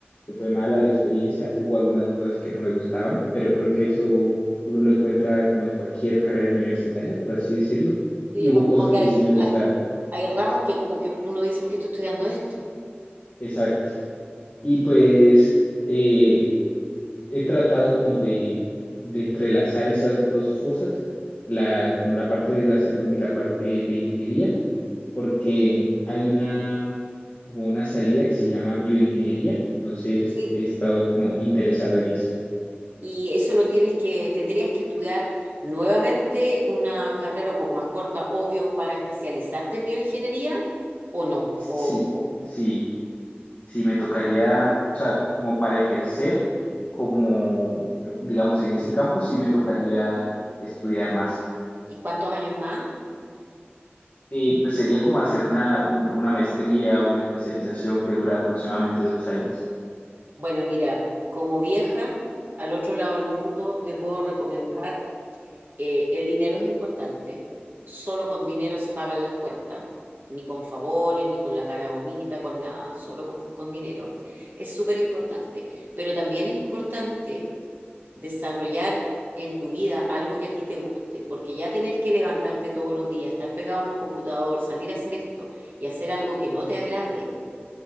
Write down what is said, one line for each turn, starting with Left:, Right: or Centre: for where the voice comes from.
Left: que fue mala la experiencia, hubo algunas cosas que no me gustaban, pero creo que eso uno lo encuentra como en cualquier carrera universitaria, por así decirlo,
Right: Sí,
Left: y hubo
Right: pues
Left: cosas
Right: como que
Left: que
Right: hay,
Left: sí me gustaron,
Right: hay, hay ramos que como que uno dice, ¿por qué estoy estudiando esto?
Left: exacto. Y pues... eh, he tratado como de, de entrelazar esas dos cosas, la, como la parte de la salud y la parte de ingeniería, porque hay una, como una salida que se llama bioingeniería, entonces
Right: Sí.
Left: he estado como interesado en eso.
Right: y eso lo tienes que, tendrías que estudiar nuevamente una carrera un poco más corta, obvio, para especializarte en bioingeniería o no,
Left: Sí,
Right: o, o-
Left: sí, sí, me tocaría, o sea, como para ejercer, como, digamos, en ese campo, sí me tocaría estudiar más.
Right: ¿y cuántos años más?
Left: Eh, pues sería como hacer una, un- una maestría, una especialización que dura aproximadamente dos años.
Right: Bueno, mira, como vieja al otro lado del mundo te puedo recomendar, eh, el dinero es importante, solo con dinero se pagan las cuentas. ni con favores, ni con la cara bonita, con nada, solo con, con dinero. Es súper importante. Pero también es importante desarrollar en tu vida algo que a ti te guste, porque ya tener que levantarte todos los días, estar pegado en un computador, salir a hacer esto y hacer algo que no te agrade,